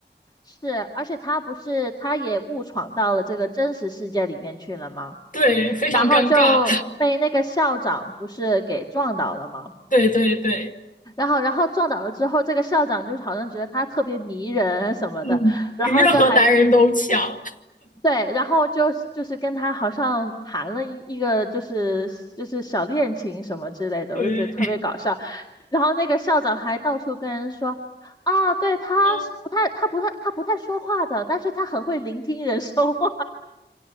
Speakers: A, on the left; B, on the left.
A: 是，而且他不是，他也误闯到了这个真实世界里面去了吗？
B: <laughs> 对，非常尴尬，
A: 然后就被那个校长不是给撞倒了吗？
B: 对对对，
A: 然后，然后撞倒了之后，这个校长就是好像觉得他特别迷人什么的，
B: 嗯，
A: 然后就还
B: 比任何男人都强，
A: <laughs> 对，然后就就是跟他好像谈了一一个就是就是小恋情什么之类的，
B: 对，
A: 我就觉得特别搞笑。然后那个校长还到处跟人说。哦，对，他是不太，
B: 嗯，
A: 他不太，他不太说话的，但是他很会聆听人说话。